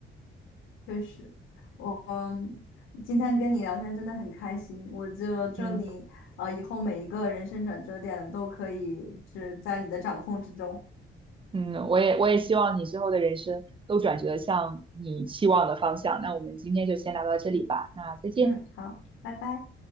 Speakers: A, on the left; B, on the right.
A: 确实，我嗯，今天跟你聊天真的很开心。我就祝你呃以后每一个人生转折点都可以是在你的掌控之中。
B: 嗯。嗯，我也我也希望你之后的人生都转折向你期望的方向。那我们今天就先聊到这里吧，那再见。
A: 嗯，好，拜拜。